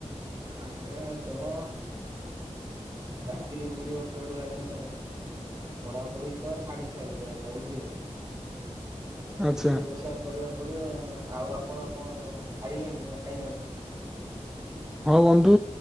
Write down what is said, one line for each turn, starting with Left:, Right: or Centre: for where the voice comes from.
Right: ଆଜ୍ଞା କଣ? ଚାକିରି ମିଳିବ କୁଆଡୁ ଆଜ୍ଞା? ପଢାପଢି ତ ଛାଡି ସାରିଲିଣି, ଆଜ୍ଞା ବୁଝିଲେ? ଆଉ
Centre: ଆଚ୍ଛା
Right: କିଛି ବ୍ୟବସାୟ କରିବାକୁ ପଡିବ ଆଉ। ଆଉ ଆ ଆପଣ କଣ ଖାଇଲେଣି ନା ଖାଇ ନାହାନ୍ତି?
Centre: ହଁ ବନ୍ଧୁ